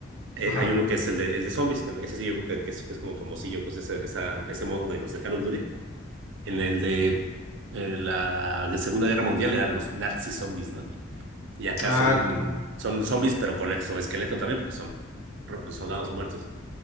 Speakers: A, on the right (about 60°); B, on the left (about 85°).
A: Eh,
B: Ajá.
A: hay uno que es el de, el de zombies, que ese sí yo creo que, que es, que es como famosillo, pues esa, esa- ese modo de los de Call of Duty. En el de eh, la Segunda Guerra Mundial eran los Nazi zombies, ¿no? Y acá
B: Ah,
A: son,
B: ok.
A: son zombies, pero con exoesqueleto también, porque son ro- soldados muertos.